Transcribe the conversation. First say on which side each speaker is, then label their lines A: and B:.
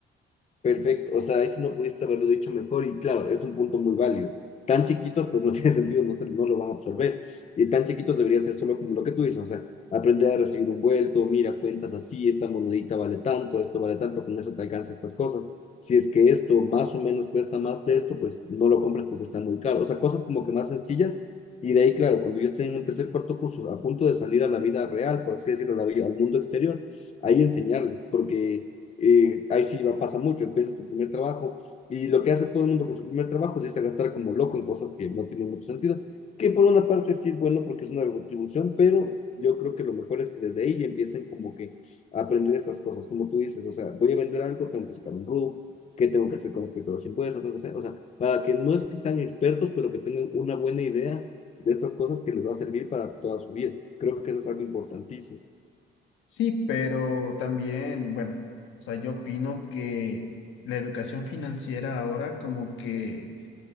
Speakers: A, on the left; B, on the left.
A: Perfecto, o sea, eso no pudiste haberlo dicho mejor y claro, es un punto muy válido. Tan chiquitos, pues no <laughs> tiene sentido, no, no lo van a absorber. Y tan chiquitos debería ser solo como lo que tú dices, o sea, aprender a recibir un vuelto, mira, cuentas así, esta monedita vale tanto, esto vale tanto, con eso te alcanza estas cosas. Si es que esto más o menos cuesta más de esto, pues no lo compres porque está muy caro. O sea, cosas como que más sencillas. Y de ahí, claro, cuando yo esté en un tercer, cuarto curso, a punto de salir a la vida real, por así decirlo, la vida, al mundo exterior, ahí enseñarles, porque eh, ahí sí va, pasa mucho, empiezas tu primer trabajo y lo que hace todo el mundo con su primer trabajo es irse a gastar como loco en cosas que no tienen mucho sentido, que por una parte sí es bueno porque es una retribución, pero yo creo que lo mejor es que desde ahí ya empiecen como que a aprender estas cosas, como tú dices, o sea, voy a vender algo, tengo que sacar un RUC, qué tengo que hacer con respecto a los impuestos, tengo que hacer, o sea, para que no es que sean expertos, pero que tengan una buena idea de estas cosas que les va a servir para toda su vida. Creo que eso es algo importantísimo.
B: Sí, pero también, bueno, o sea, yo opino que la educación financiera ahora como que